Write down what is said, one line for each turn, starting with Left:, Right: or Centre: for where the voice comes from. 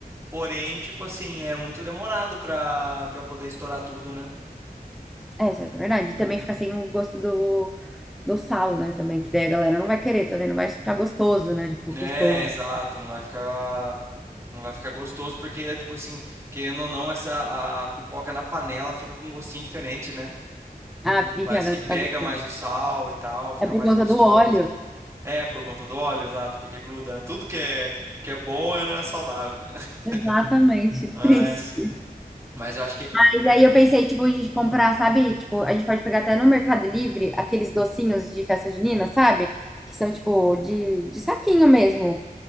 Right: porém, tipo assim, é muito demorado pra, pra poder estourar tudo, né?
Centre: É, isso é verdade. E Também fica sem o gosto do, do sal, né? Também, que daí a galera não vai querer, também não vai ficar gostoso, né? Tipo,
Right: É,
Centre: gostoso.
Right: exato, não vai ficar, não vai ficar gostoso, porque, tipo assim, querendo ou não, essa, a pipoca na panela fica com um gostinho diferente, né?
Centre: Ah, fica,
Right: Parece
Centre: né?
Right: que
Centre: Fica
Right: pega
Centre: gostoso.
Right: mais o sal e tal, fica
Centre: É por
Right: mais
Centre: conta
Right: gostoso.
Centre: do óleo.
Right: É, por conta do óleo, exato, porque gruda, né? Tudo que é, que é bom é, não é saudável, né? <laughs>
Centre: Exatamente.
Right: Mas,
Centre: Triste.
Right: mas eu acho que,
Centre: Mas aí
Right: que-
Centre: eu pensei, tipo, a gente comprar, sabe? Tipo, a gente pode pegar até no Mercado Livre aqueles docinhos de festa junina, sabe? Que são, tipo, de, de saquinho mesmo.